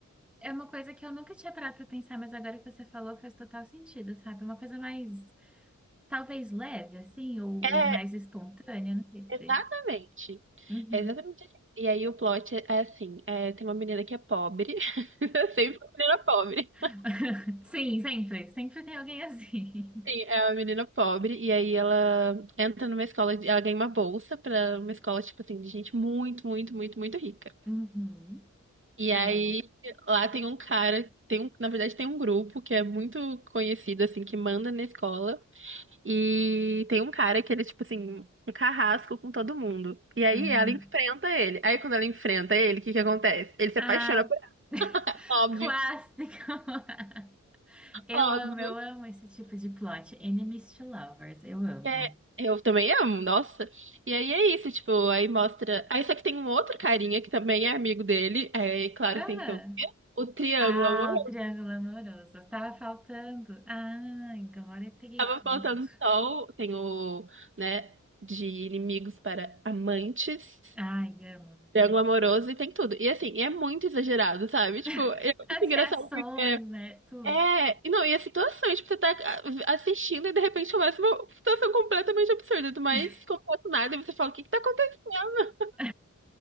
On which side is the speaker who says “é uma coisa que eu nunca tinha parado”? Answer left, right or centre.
Centre